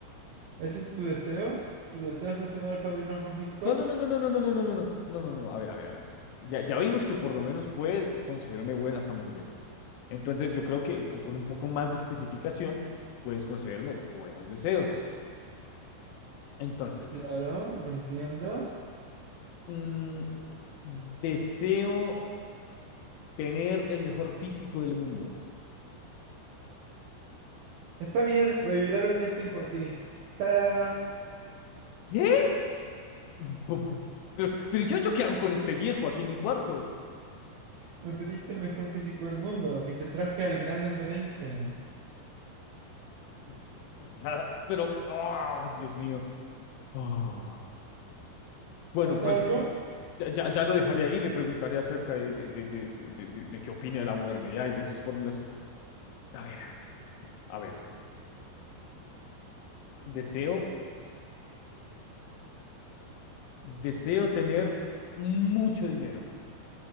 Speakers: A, on the right; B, on the left.
A: ¿Ese es tu deseo? ¿Tu deseo es no tener padrinos mágicos?
B: No, no, no, no, no, no, no, no, no, no, no, no, no, no, a ver, a ver, a ver. Ya, ya vimos que por lo menos puedes concederme buenas hamburguesas. Entonces yo creo que co- con un poco más de especificación puedes concederme buenos deseos. Entonces,
A: Claro, lo entiendo.
B: mm, deseo tener el mejor físico del mundo.
A: Está bien, revivirá Albert Einstein por ti. ¡Tada!
B: ¿Qué? Bu- bu- Pero, pero yo, ¿yo qué hago con este viejo aquí en mi cuarto?
A: Me pediste el mejor físico del mundo y te traje al gran Albert Einstein.
B: <laughs> Pero, ah, Dios mío. Ah, Bueno,
A: ¿Pasa
B: pues
A: algo?
B: ya, ya- ya lo dejaría ahí, le preguntaría acerca de, de, de, de, de, de- de- de qué opina de la modernidad y de sus fórmulas. A ver, a ver, deseo, deseo tener mucho dinero,